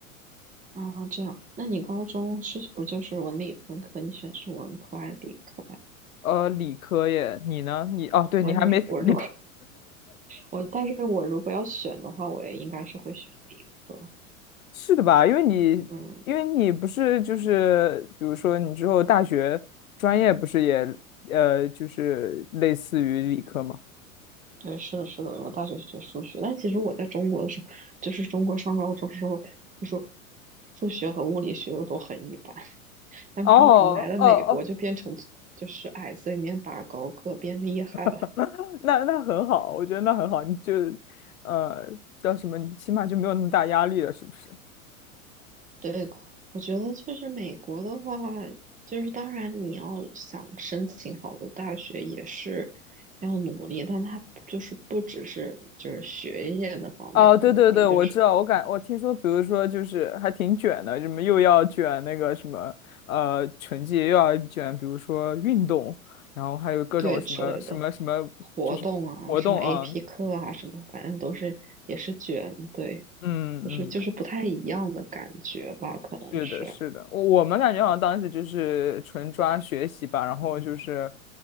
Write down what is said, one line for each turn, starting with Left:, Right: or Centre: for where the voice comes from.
Right: 啊，这样，那你高中是不就是文理分科？你选是文科还是理科呀？
Left: 呃，理科耶，你呢？你哦，对，
Right: 我也是，
Left: 你还没，
Right: 我如果
Left: 你的
Right: 我但是我如果要选的话，我也应该是会选理科。
Left: 是的吧？因为你，
Right: 嗯，
Left: 因为你不是就是，比如说你之后大学专业不是也，呃，就是类似于理科吗？
Right: 对，是的，是的，我大学学数学，但其实我在中国的时候，就是中国上高中时候，就是数学和物理学的都很一般，但不知道怎么来了美国就变成就是矮子里面拔高个，
Left: 哦，哦哦
Right: 变厉害了。
Left: <laughs> 那那很好，我觉得那很好，你就呃叫什么，你起码就没有那么大压力了，是不是？
Right: 对，我觉得就是美国的话，就是当然你要想申请好的大学也是要努力，但它就是不只是就是学业那方面的努力，
Left: 哦，对对对，
Right: 就是
Left: 我知道，我感我听说，比如说就是还挺卷的，什么又要卷那个什么呃成绩，又要卷，比如说运动，然后还有各种什么什么什么，
Right: 对之类的活动啊，
Left: 就是活动啊，
Right: 什么 AP 课啊，什么反正都是也是卷，对，
Left: 嗯嗯，
Right: 就是就是不太一样的感觉吧，可能是，
Left: 是的，是的，我我们感觉好像当时就是纯抓学习吧，然后就是，